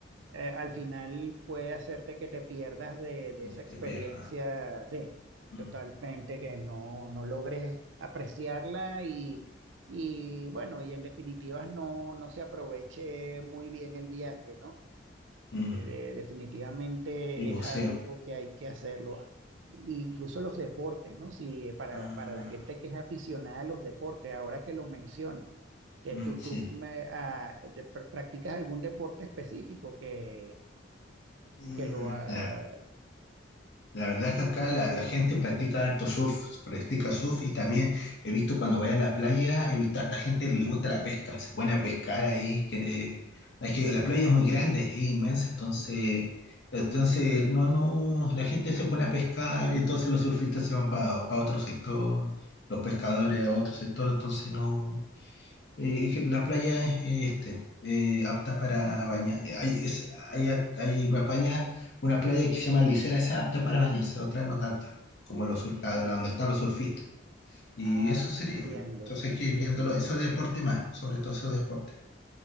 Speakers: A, on the right; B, on the left.
A: eh, al final puede hacerte que te pierdas de, de
B: y
A: esa experiencia,
B: te pierdas.
A: sí,
B: Mm,
A: totalmente, que no, no logres apreciarla y, y bueno, y en definitiva no, no se aproveche muy bien el viaje, ¿no?
B: mm,
A: Eh, de- definitivamente
B: y museo.
A: es algo que hay que hacerlo. Ah, Incluso los deportes, ¿no? Si para,
B: Ah,
A: para la gente que es aficionada a los deportes, ahora que lo mencionas, que
B: mm,
A: tú,
B: sí.
A: tú me, ah, te- pr- practicas algún deporte específico que,
B: Mm,
A: que lo ha...
B: la- La verdad que acá la, la gente practica harto surf, practica surf y también he visto cuando voy a la playa, he visto a harta gente que le gusta la pesca, se pone a pescar ahí, quiere- es que la playa es muy grande, es inmensa, entonces,
A: mm,
B: entonces no, no, la gente se pone a pescar y entonces los surfistas se van para otro sector, los pescadores a otro sector, entonces no. Eh, es que la playa es eh, este, eh, apta para bañar. eh, Hay, es- hay, a- hay una, paña- una playa que se llama Licera, esa es apta para bañarse, otra no tanta, como los, sur- la
A: mm,
B: de la donde están los surfistas. Y
A: ah,
B: eso sería.
A: entiendo,
B: ¿no? Entonces hay
A: entiendo.
B: que ir viéndolo, esos deportes más, sobre todo esos deportes.